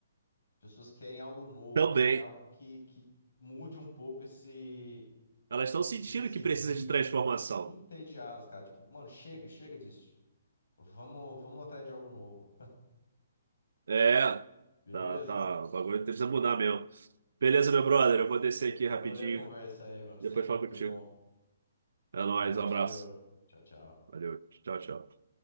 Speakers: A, on the left (about 75°); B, on the right (about 70°).
A: As pessoas querem algo novo,
B: também.
A: querem algo que, que mude um pouco esse.
B: Elas
A: esse,
B: estão sentindo
A: esse
B: que
A: ritmo
B: precisa de transformação.
A: entediadas, cara. Tipo, mano, chega, chega disso. Vamos, vamos atrás de algo novo.
B: É,
A: Beleza?
B: tá, tá. O bagulho precisa mudar mesmo. Beleza, meu brother.
A: Fechou
B: Eu vou descer
A: então.
B: aqui rapidinho.
A: Adorei a conversa aí, mano.
B: Depois
A: Sempre
B: falo
A: muito
B: contigo.
A: bom.
B: É nóis,
A: Valeu.
B: um abraço.
A: Tchau, tchau.
B: Valeu. Tchau, tchau.